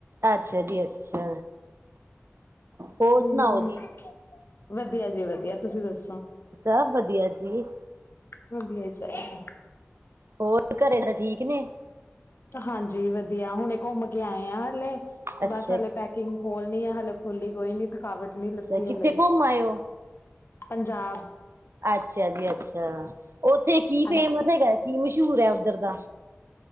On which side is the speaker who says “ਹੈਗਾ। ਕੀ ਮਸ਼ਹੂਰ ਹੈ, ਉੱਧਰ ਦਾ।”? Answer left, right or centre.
Right